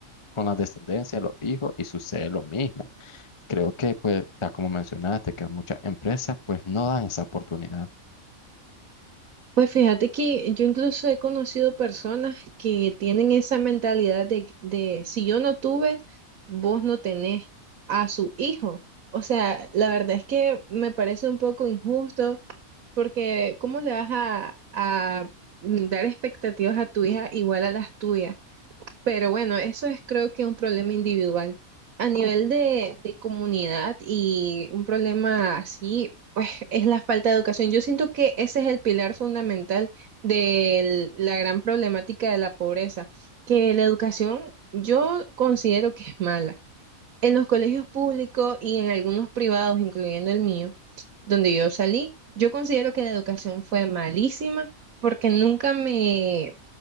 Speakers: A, on the left; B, on the right.
A: con la descendencia, los hijos, y sucede lo mismo. Creo que, pues, tal como mencionaste, que muchas empresas, pues, no dan esa oportunidad.
B: Pues fíjate que yo incluso he conocido personas que tienen esa mentalidad de, de si yo no tuve, vos no tenés a su hijo. O sea, la verdad es que me parece un poco injusto porque ¿cómo le vas a, a mm, dar expectativas a tu hija igual a las tuyas? Pero bueno, eso es creo que un problema individual. A nivel de, de comunidad y un problema así, pues es la falta de educación. Yo siento que ese es el pilar fundamental de la gran problemática de la pobreza, que la educación yo considero que es mala. En los colegios públicos y en algunos privados, incluyendo el mío, donde yo salí, yo considero que la educación fue malísima porque nunca me,